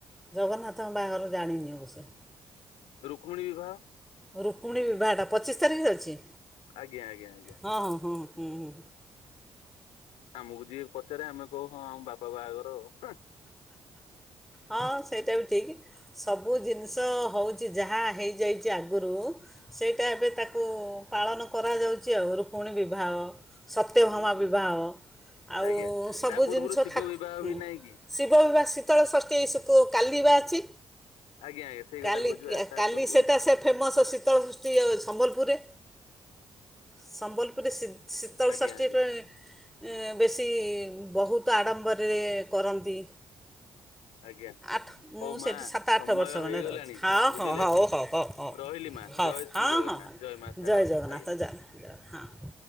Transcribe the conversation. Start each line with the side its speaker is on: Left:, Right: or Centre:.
Centre: ଜଗନ୍ନାଥଙ୍କ ବାହାଘର ଜାଣିନି ଏ ବର୍ଷ।
Left: ରୁକ୍ମଣୀ ବିବାହ?
Centre: ରୁକ୍ମଣୀ ବିବାହଟା ପଚିଶି ତାରିଖରେ ଅଛି।
Left: ଆଜ୍ଞା ଆଜ୍ଞା ଆଜ୍ଞା।
Centre: ହଁ ହଁ ହୁଁ ହୁଁ।
Left: ହଁ ଆମକୁ ଯି ପଚାରେ ଆମେ କହୁ ହଁ ଆମ ବାପା ବାହାଘର ଆଉ
Centre: ହଁ ସେଇଟା ବି ଠିକ ସବୁ ଜିନିଷ ହେଉଛି ଯାହା ହେଇଯାଇଛି ଆଗରୁ ସେଇଟା ଏବେ ତାକୁ ପାଳନ କରାଯାଉଛି ଆଉ ପୁଣି ବିବାହ ସତ୍ୟଭାମ
Left: ହୁଁ ହୁଁ
Centre: ବିବାହ
Left: ହୁଁ
Centre: ଆଉ
Left: ଆଜ୍ଞା
Centre: ସବୁ
Left: ତା ପୂର୍ବରୁ
Centre: ଜିନିଷ
Left: ଶିବ
Centre: ଠାକୁ
Left: ବିବାହ ବି ନାଇଁ କି?
Centre: ଶିବିବା ଶୀତଳ ଷଷ୍ଠୀ କାଲିିବା ଅଛି
Left: ଆଜ୍ଞା ଆଜ୍ଞା ସେଇ କଥା
Centre: କାଲି
Left: କହୁଛୁ ବା ତା
Centre: କାଲି
Left: ପୂର୍ବରୁ
Centre: ସେଇଟା ସେ ଫେମସ୍ ଶୀତଳ ସୃଷ୍ଟି ସମ୍ବଲପୁରରେ ସମ୍ବଲପୁରରେ ଶୀତଳଷଷ୍ଠୀ
Left: ଆଜ୍ଞା ଆଜ୍ଞା
Centre: ପାଇଁ ବେଶୀ ବହୁତ ଆଡ଼ମ୍ବରରେ କରନ୍ତି
Left: ଆଜ୍ଞା
Centre: ଆଠ
Left: ହଉ
Centre: ମୁଁ
Left: ମା
Centre: ସେଇଠି ସାତ
Left: ସମୟ
Centre: ଆଠ ବର୍ଷ ଖଣ୍ଡେ
Left: ହେଇଗଲାଣି
Centre: ରହୁଛି ହଁ
Left: ବୁଝିଲେ।
Centre: ହଁ ହଉ ହଉ ହଉ ହଉ
Left: ରହିଲି ମା
Centre: ହଉ
Left: ଜୟ
Centre: ହଁ
Left: ଶ୍ରୀ
Centre: ହଁ
Left: ଜଗନ୍ନାଥ
Centre: ହଁ
Left: ମା ଶାରଳା
Centre: ଜୟ ଜଗନ୍ନାଥ
Left: ଆଜ୍ଞା।
Centre: ଜୟନାଥ ଜଗନ୍ନାଥ ହଁ